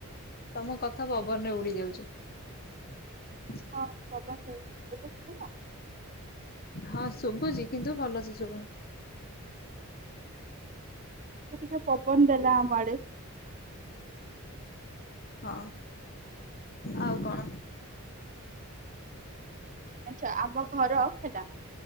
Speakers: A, on the left; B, on the right.
A: ତମ କଥା ପବନରେ ଉଡି ଯାଉଛି। <inaudible>
B: ହଁ ପବନ ଦଉଛି। ଏବେ ଶୁଭିଲା
A: ହଁ, ଶୁଭୁଛି କିନ୍ତୁ ଭଲସେ ଶୁଭୁନି।
B: ସେ ଟିକେ ପବନ ଦେଲା ଆମ ଆଡେ।
A: ହଁ ଆଉ କଣ?
B: ଆଚ୍ଛା ଆମ ଘର ହେଲା